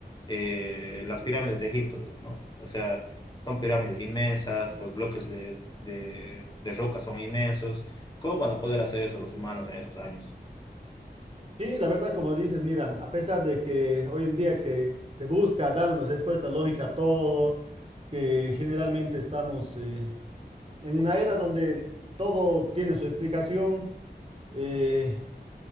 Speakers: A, on the left; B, on the right.
A: eh, las pirámides de Egipto, ¿no? O sea, son pirámides inmensas, los bloques de, de, de roca son inmensos. ¿Cómo van a poder hacer eso los humanos en esos años?
B: Sí, la verdad, como dices, mira, a pesar de que hoy en día que se busca dar una respuesta lógica a todo, que generalmente estamos eh, en una era donde todo tiene su explicación, eh,